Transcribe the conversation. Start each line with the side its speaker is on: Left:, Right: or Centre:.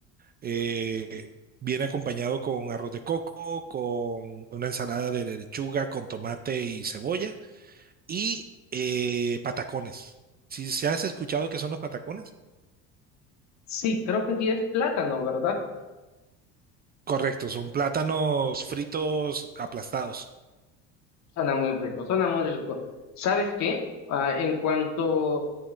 Right: Eh, viene acompañado con arroz de coco, con una ensalada de lechuga, con tomate y cebolla y eh, patacones. Si, si has escuchado qué son los patacones?
Left: Sí, creo que sí es plátano, ¿verdad?
Right: Correcto, son plátanos fritos aplastados.
Left: Suena muy rico, suena muy rico. ¿Sabes qué? Ah, en cuanto